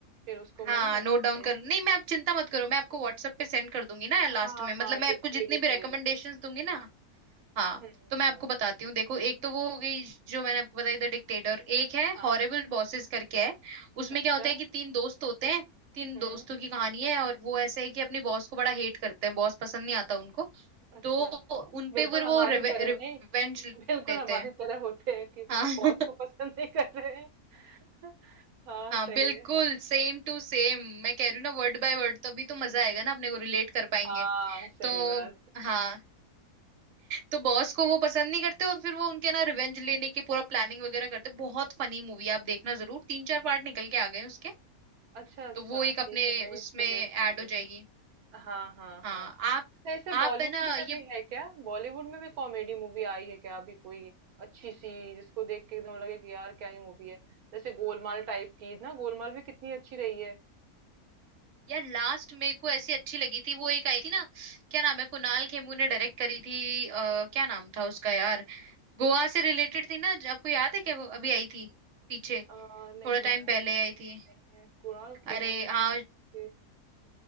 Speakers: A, on the right; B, on the right.
A: फिर उसको मैं
B: हाँ
A: ना देखूंगी
B: नोट डाउन कर नहीं मैं आप चिंता मत करो मैं आपको व्हाट्सएप पे सेंड कर दूंगी ना लास्ट
A: हाँ
B: में मतलब
A: हाँ ये
B: मैं आपको
A: भी
B: जितनी
A: ये भी सही
B: भी रिकमेंडेशंस
A: रहता
B: दूंगी ना हाँ
A: है। हम्म
B: तो मैं
A: हम्म
B: आपको बताती हूँ देखो एक तो वो हो गई जो मैंने आपको बताई द डिक्टेटर एक है
A: हाँ
B: हॉरिबल बॉसेस करके है उसमें
A: अच्छा
B: क्या होता है कि तीन दोस्त होते हैं तीन
A: हम्म
B: दोस्तों की कहानी है और वो ऐसे है कि अपने बॉस को बड़ा हेट करते हैं बॉस पसंद नहीं आता उनको
A: अच्छा
B: तो उनपे
A: बिल्कुल
B: फिर
A: हमारी
B: वो रिवेंज
A: तरह नहीं
B: लेते
A: बिल्कुल हमारी
B: हैं
A: तरह होते हैं कि
B: हाँ <laughs>
A: बॉस को पसंद नहीं कर रहे हैं <laughs> हाँ
B: हाँ
A: सही
B: बिल्कुल
A: है
B: सेम टू सेम मैं कह रही हूँ ना वर्ड बाय वर्ड तो अभी तो मजा आएगा ना अपने को रिलेट कर पाएंगे
A: हाँ सही
B: तो
A: बात
B: हाँ तो बॉस को वो पसंद नहीं करते और फिर वो उनके ना रिवेंज लेने के पूरा प्लानिंग वगैरह करते बहुत फनी मूवी है, आप देखना जरूर तीन चार पार्ट निकल के आ गए हैं उसके
A: अच्छा अच्छा
B: तो वो एक अपने
A: ठीक है मैं इसको
B: उसमें
A: देख
B: ऐड
A: लूंगी
B: हो जाएगी
A: हाँ हाँ
B: हाँ
A: हाँ
B: आप
A: अच्छा ऐसे
B: आप
A: बॉलीवुड
B: है ना ये
A: में भी है क्या बॉलीवुड में भी कॉमेडी मूवी आई है क्या अभी कोई अच्छी सी जिसको देख के एकदम लगे कि यार क्या ही मूवी है जैसे गोलमाल टाइप की ना गोलमाल भी कितनी अच्छी रही है
B: यार लास्ट मेरे को ऐसी अच्छी लगी थी वो एक आई थी ना क्या नाम है कुणाल खेमू ने डायरेक्ट करी थी आ, क्या नाम
A: हम्म।
B: था उसका यार गोवा से रिलेटेड थी ना ज- आपको याद है क्या वो अभी आई थी पीछे
A: आ, नहीं
B: थोड़ा टाइम
A: यार
B: पहले
A: ऐसा
B: आई थी
A: तो नहीं है कुणाल खेमू
B: अरे
A: ने
B: हाँ
A: डायरेक्ट की थी